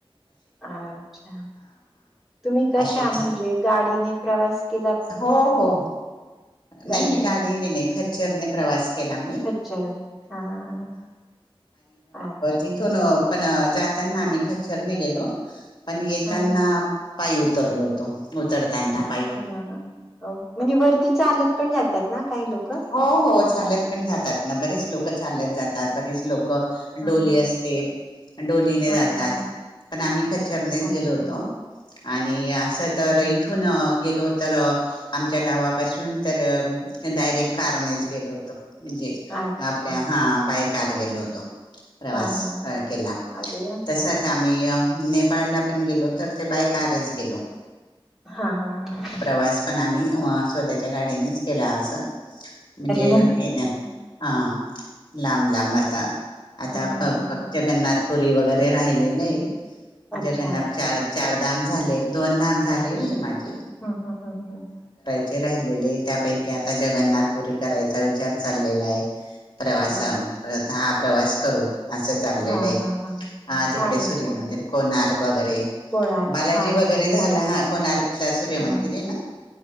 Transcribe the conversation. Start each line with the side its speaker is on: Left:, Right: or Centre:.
Centre: अच्छा तुम्ही कशा
Left: असे
Centre: म्हणजे गाडीने प्रवास के
Left: हो हो
Centre: गाडीने
Left: नाही मी गाडी न खच चर प्रवास ख म
Centre: खच्चरने हा अच्छा
Left: तथून पण जाताना आम्ही खचरने गेलो पण येताना
Centre: हा
Left: पाय उतरलो होतो उतरताना पाय
Centre: हा हा. अ, म्हणजे वरती चालत पण जातात ना काही लोक ह
Left: हो हो चालत पण जातात ना बरेच लोक चालत जातात बरेच लोक
Centre: ह
Left: डोली
Centre: ह
Left: असते डोलीने
Centre: हा
Left: जातात
Centre: हा हा हा.
Left: पण आम्ही खच्चरनेच
Centre: अच्छा
Left: गेलो होतो आणि असं
Centre: ओके
Left: तर इथून गेलो हो तर आमच्या गावापासून तर डायरेक्ट कारनेच गेलो होतो म्हणजे
Centre: अच्छा
Left: आपल्या हा बायक कार गेलो होतो प्रवास
Centre: हा हा ह
Left: केला
Centre: अरे वा
Left: तसच आम्ही नेपाळला पण गेलो तर ते बायकारच गेलो
Centre: हा हा हा हा
Left: बस पण आम्ही त्याच्या गाडीनेच केला असं म्हणजे
Centre: अरे वा हम्म
Left: हे ना हा लांब लांब आता आता
Centre: हम्म
Left: फक्त
Centre: हम्म
Left: जगन्नाथ पुरी वगैरे राहिलेलय
Centre: अच्छा
Left: जगन्नाथ चार चार धाम झाले दोन धाम झालेलय माझे
Centre: हम्म हम्म हम्म हम्म
Left: जे राहिलेले त्या पैकी आता जगन्नाथ पुरी करायचा आता विचार चाललेलाय प्रवासा
Centre: हम्
Left: मूळ आता हा प्रवास करू असं चाललेलं
Centre: हा
Left: आहे
Centre: हा हा अरे वाह! हं, हं, हं, हं, हं. अच्छा. हं, हं, हं, हं. अ, हां, हां, हां.
Left: हा
Centre: छान
Left: तिकडे सूर्यमंदिर
Centre: आहे, छान
Left: कोणार्क बघरे
Centre: कोणार्क
Left: बालाजी
Centre: हा
Left: वगैरे झाला आहात कोणार्क ला सूर्यमंदिर
Centre: हा
Left: आहे ना